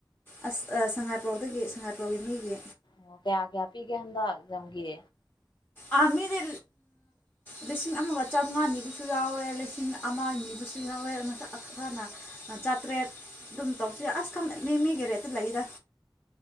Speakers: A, on the left; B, on the left.
A: ꯑꯁ ꯁꯉꯥꯏꯄ꯭ꯔꯧꯗꯒꯤ ꯁꯉꯥꯏꯄ꯭ꯔꯧꯒꯤ ꯃꯤꯒꯤ
B: ꯑꯣ ꯀꯌꯥ ꯀꯌꯥ ꯄꯤꯒꯦ ꯍꯟꯗꯛ ꯂꯝꯝꯒꯦ
A: ꯑꯥ ꯃꯤꯗꯤ ꯂꯤꯁꯤꯡ ꯑꯃꯒ ꯆꯥꯃꯉꯥꯅꯤꯕꯨꯁꯨ ꯌꯥꯎꯋꯦ ꯂꯤꯁꯤꯡ ꯑꯃ ꯅꯤꯕꯨꯁꯨ ꯌꯥꯎꯋꯦ ꯉꯁ ꯈ ꯈꯅ ꯆꯥꯇ꯭ꯔꯦꯠ ꯑꯗꯨꯝ ꯇꯧꯕꯁꯨ ꯌꯥꯏ ꯑꯁ ꯈꯪꯅꯤꯃꯤꯒꯤ ꯔꯦꯠꯇ ꯂꯩꯗ